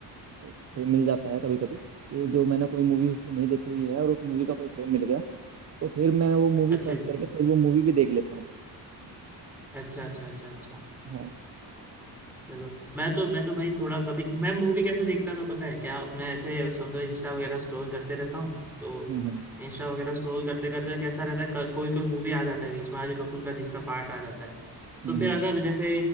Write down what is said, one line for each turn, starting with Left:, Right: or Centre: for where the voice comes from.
Right: फ्रेम मिल जाता है कभी कभी कि जो मैंने कोई मूवी उसकी नहीं देखी हुई है और उस मूवी का कोई फ्रेम मिल गया तो फिर मैं वो मूवी
Centre: अच्छा
Right: सर्च
Centre: जी
Right: करके फिर वो मूवी भी देख लेता हूँ
Centre: अच्छा अच्छा अच्छा अच्छा
Right: हाँ
Centre: चलो मैं तो मैं तो भाई थोड़ा कभी मैं मूवी कैसे देखता था पता है क्या अपने ऐसे समझो इंस्टा वगैरह स्क्रॉल करते रहता हूँ तो
Right: हम्म हम्म
Centre: इंस्टा वगैरह स्क्रॉल करते करते कैसा रहता है क- कोई कोई मूवी आ जाता है बीच में हल्का फुल्का जिसका पार्ट आ जाता है तो
Right: हम्म
Centre: फिर अगर जैसे